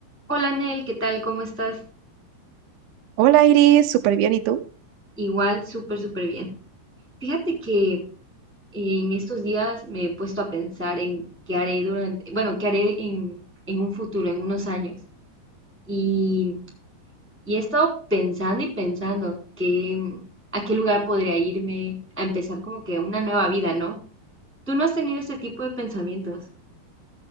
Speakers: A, in the centre; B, on the right.
A: Hola Nel, ¿qué tal? ¿Cómo estás?
B: Hola Iris, súper bien. ¿Y tú?
A: Igual, súper, súper bien. Fíjate que en estos días me he puesto a pensar en qué haré durante, bueno, qué haré en, en un futuro, en unos años. Y, y he estado pensando y pensando que, a qué lugar podría irme a empezar como que una nueva vida, ¿no? ¿Tú no has tenido este tipo de pensamientos?